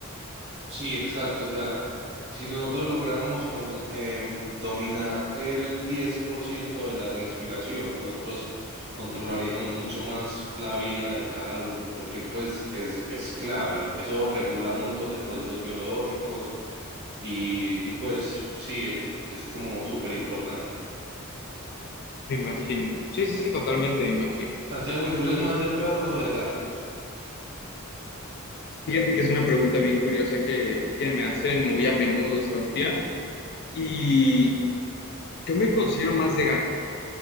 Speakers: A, on the right; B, on the left.
A: Sí, exacto. O sea, si nosotros lográramos cons- em, dominar el 10% de la respiración, nosotros controlaríamos mucho más la vida de cada uno, porque pues es, es clave. Eso regula un montón de procesos biológicos y, y, pues sí, es, es como súper importante.
B: Me imagino. Sí, sí, sí, totalmente me imagino.
A: Santiago, ¿y tú eres más de perros o de gatos?
B: Fíjate que es una pregunta bien curiosa que, que me hacen muy a menudo, Sebastián. Y yo me considero más de gatos.